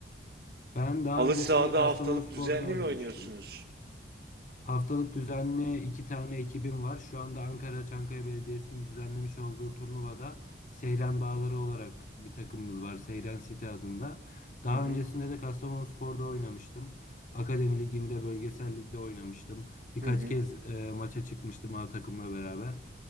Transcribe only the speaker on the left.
Ben daha
öncesinde
Kastamonuspor'da
oynamıştım.
Haftalık düzenli iki tane ekibim var. Şu anda Ankara Çankaya Belediyesi'nin düzenlemiş olduğu turnuvada Seyran Bağları olarak bir takımımız var. Seyran City adında. Daha
öncesinde de Kastamonuspor'da oynamıştım. Akademi Ligi'nde, bölgesel ligde oynamıştım. Birkaç
kez e, maça çıkmıştım A takımla beraber.